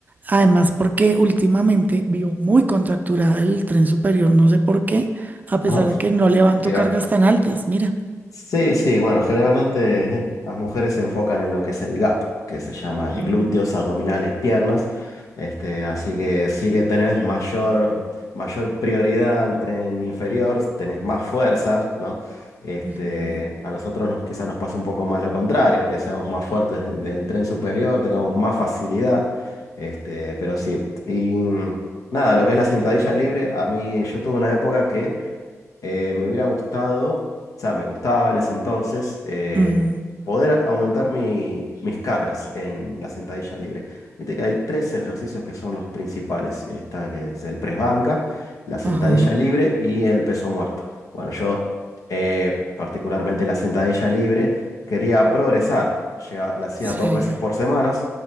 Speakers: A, on the right (about 30°); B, on the left (about 80°).
A: Además, porque últimamente vio muy contracturada el tren superior, no sé por qué, a pesar
B: Ah,
A: de que no levanto
B: mira.
A: cargas tan altas, mira.
B: Sí, sí, bueno, generalmente <laughs> eh, las mujeres se enfocan en lo que es el gap, que se llama
A: Ujú,
B: eh, glúteos, abdominales, piernas. Este, así que sí que tenés mayor, mayor prioridad al tren inferior, tenés más fuerza, ¿no? Este,
A: ujú,
B: a nosotros nos, quizás nos pasa un poco más lo contrario, que seamos más fuertes del tren superior, tengamos más facilidad. Este, pero sí. Y nada, lo que es la sentadilla libre, a mí yo tuve una época que eh, me hubiera gustado, o sea, me gustaba en ese entonces eh,
A: ujú,
B: poder aumentar mi- mis cargas en la sentadilla libre. Viste que hay tres ejercicios que son los principales. Está que es el press banca, la sentadilla
A: Ajá,
B: libre y el peso muerto. Bueno, yo eh, particularmente la sentadilla libre quería progresar. Llega- la hacía
A: sí,
B: dos veces por semana.